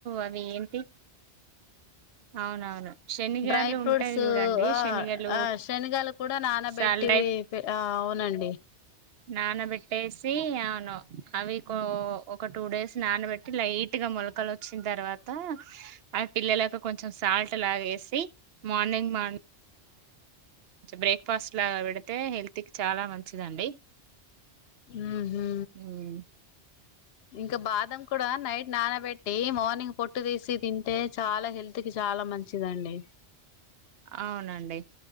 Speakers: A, on the right; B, on the left.
A: అవి ఏంటి అవునవును శనిగాలు
B: డ్రై ఫ్రూట్స్
A: ఉంటాయి చూడండి
B: ఆ
A: శనిగలు
B: ఆ శనిగాల కూడా నానబెట్టి
A: సాల్
B: ఆ అవునండి
A: నానా బెట్ వేసి అవును అవి ఒక టూ డేస్ నానబెట్టి లైట్ గా మొలకలు వచ్చిన తర్వాత అవి పిల్లలకు కొంచెం సాల్ట్ లాగేసి మార్నింగ్ మా బ్రేక్ ఫాస్ట్ లాగా పెడితే హెల్త్ కి చాలా మంచిదండి
B: ఉ హూ
A: ఉమ్,
B: ఇంకా బాదం కూడా నైట్ నానబెట్ డే మార్నింగ్ పొట్టు తీసి తిం అంటే చాలా హెల్త్ కి చాలా మంచిదండి
A: అవునండి